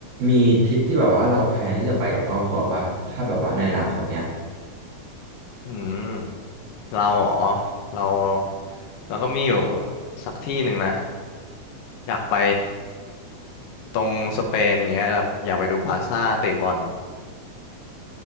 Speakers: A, on the right; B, on the left.
A: มีทริปที่แบบว่าเราแพลนที่จะไปกับครอบครัวปะถ้าแบบว่าในอนาคตเนี้ย
B: อืมเราอ๋อเราเราก็มีอยู่สักที่หนึ่งนะอยากไปตรงสเปนอย่างเงี้ยแบบอยากไปดูบาร์ซ่าเตะบอล